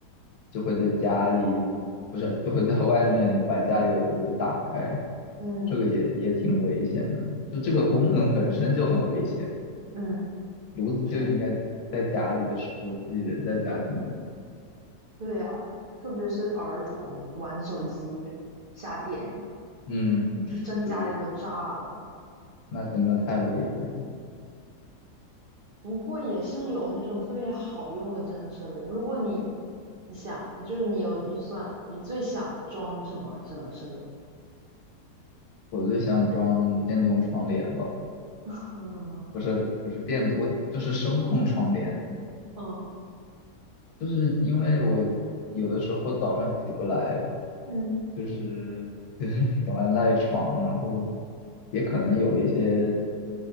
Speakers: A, on the left; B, on the right.
A: 就会在家里，不是，就会在外面把家里的炉子打开，
B: 嗯
A: 这个也也挺危险的。就这个功能本身就很危险，
B: 嗯，
A: 炉子就应该在家里的时候自己人在家才能开。
B: 是，对啊，特别是儿童玩手机瞎点，
A: 嗯，
B: 就让家里都炸了。
A: 对对，那真的太危险了。
B: 不过也是有那种特别好用的智能设备，如果你想，就是你有预算，你最想装什么智能设备？
A: 我最想装电动窗帘吧，
B: <laughs> 嗯
A: 不是不是电，我就是声控窗帘。
B: 嗯
A: 就是因为我有的时候早上起不来，
B: 嗯
A: 就是 <laughs> 就是喜欢赖床，然后也可能有一些